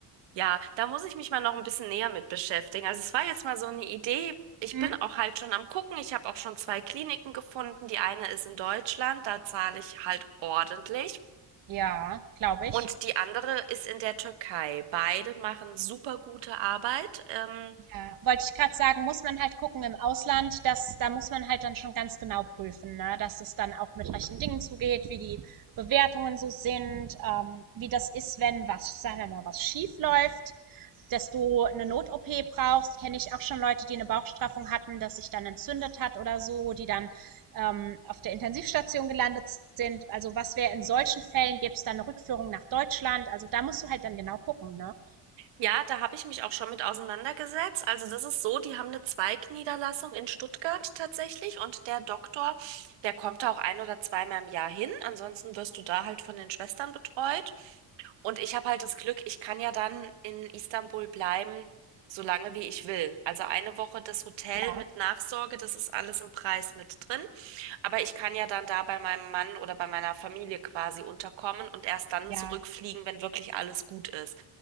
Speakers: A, on the right; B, on the right.
A: ja, da muss ich mich mal noch ein bisschen näher mit beschäftigen. Also es war jetzt mal so eine Idee. Ich
B: Hm?
A: bin auch halt schon am Gucken. Ich habe auch schon zwei Kliniken gefunden. Die eine ist in Deutschland, da zahle ich halt ordentlich.
B: Ja, glaube ich.
A: Und die andere ist in der Türkei. Beide machen super gute Arbeit. Ähm,
B: Ja, wollte ich gerade sagen, muss man halt gucken im Ausland, dass da muss man halt dann schon ganz genau prüfen, ne? dass es dann auch mit rechten Dingen zugeht, wie die Bewertungen so sind, ähm, wie das ist, wenn was, sagen wir mal, was schief läuft, dass du eine Not-OP brauchst. Kenne ich auch schon Leute, die eine Bauchstraffung hatten, dass sich dann entzündet hat oder so, die dann ähm, auf der Intensivstation gelandet sind. Also was wäre in solchen Fällen, gäbe es dann eine Rückführung nach Deutschland? Also da musst du halt dann genau gucken, ne?
A: Ja, da habe ich mich auch schon mit auseinandergesetzt. Also das ist so, die haben eine Zweigniederlassung in Stuttgart tatsächlich und der Doktor, der kommt da auch ein oder zweimal im Jahr hin. Ansonsten wirst du da halt von den Schwestern betreut. Und ich habe halt das Glück, ich kann ja dann in Istanbul bleiben, solange wie ich will. Also eine Woche das Hotel
B: Ja,
A: mit Nachsorge, das ist alles im Preis mit drin. Aber ich kann ja dann da bei meinem Mann oder bei meiner Familie quasi unterkommen und erst dann
B: ja,
A: zurückfliegen, wenn wirklich alles gut ist.